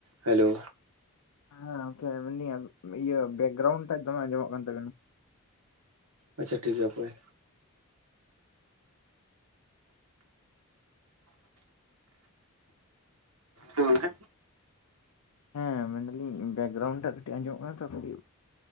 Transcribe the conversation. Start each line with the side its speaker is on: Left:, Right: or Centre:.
Right: ᱦᱮᱞᱳ
Left: ᱦᱮᱸ ᱳᱠᱮ ᱮᱢᱱᱤ ᱤᱭᱟᱹ ᱵᱮᱠᱜᱨᱟᱣᱩᱱᱰ ᱴᱟᱜ ᱫᱚᱢᱮ ᱟᱸᱡᱚᱢᱚᱜ ᱠᱟᱱ ᱛᱟᱹᱵᱤᱱᱟ᱾
Right: ᱟᱪᱪᱷᱟ ᱴᱷᱤᱠ ᱜᱮᱭᱟ ᱦᱟᱯᱳᱭ, ᱜᱚᱝᱠᱮ
Left: ᱦᱮᱸ ᱢᱮᱱᱫᱟᱹᱞᱤᱧ ᱵᱮᱠᱜᱨᱟᱣᱩᱱᱰ ᱴᱟᱜ ᱠᱟᱹᱴᱤᱡ ᱟᱸᱡᱚᱜ ᱠᱟᱱᱟ ᱛᱚ ᱠᱟᱹᱴᱤᱡ